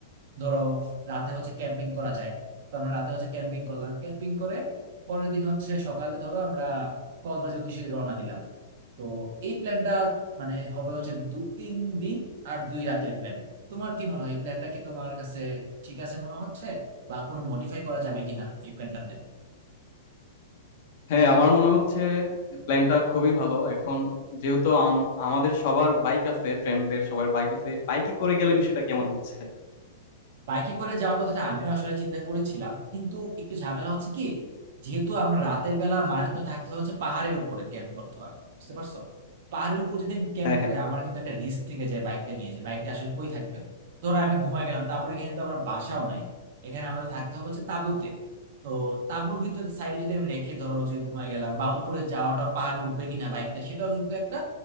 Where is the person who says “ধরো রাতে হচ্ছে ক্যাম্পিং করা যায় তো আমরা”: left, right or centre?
Right